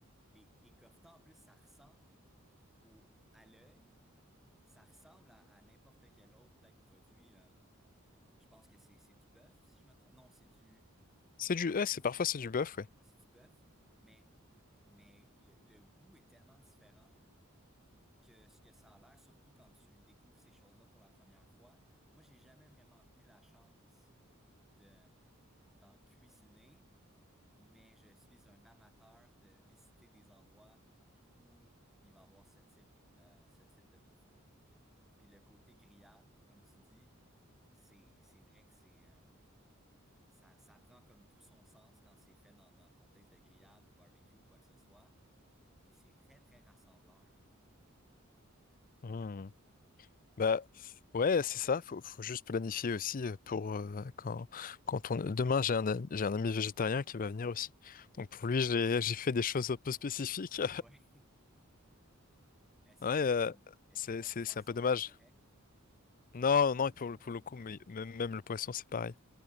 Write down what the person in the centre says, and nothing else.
les, les coffetons, en plus, ça ressemble au, à l'œil, ça ressemble à, à n'importe quel autre, peut-être produit, euh, je pense que c'est, c'est du bœuf, si je me trompe. Non, c'est du,
Ouais, c'est du bœuf, mais, mais le, le goût est tellement différent que ce que ça a l'air, surtout quand tu découvres ces choses-là pour la première fois. Moi, j'ai jamais vraiment eu la chance de, d'en cuisiner, mais je suis un amateur de visiter des endroits où il va y avoir ce type, euh, ce type de bouffe-là. Puis le côté grillade, comme tu dis, c'est, c'est vrai que c'est, euh, ça, ça prend comme tout son sens quand c'est fait dans, dans le contexte de grillade ou barbecue, quoi que ce soit. Et c'est très, très rassembleur.
<laughs> Ouais. Est-ce
que,
est-ce
que le
poisson
est correct?
Même
pas.